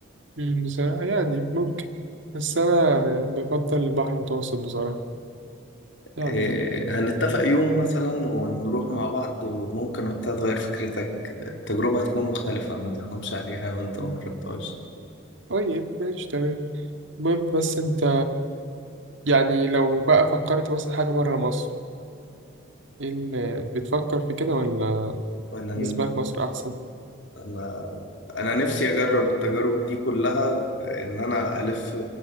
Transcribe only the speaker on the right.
مم. بصراحة يعني ممكن بس أنا بفضل البحر المتوسط بصراحة يعني
مم.
طيب ماشي تمام المهم بس أنت يعني لو بقى فكرت مثلا حاجة بره مصر إيه اللي بتفكر في كده ولا
بالنسبة لك مصر أحسن؟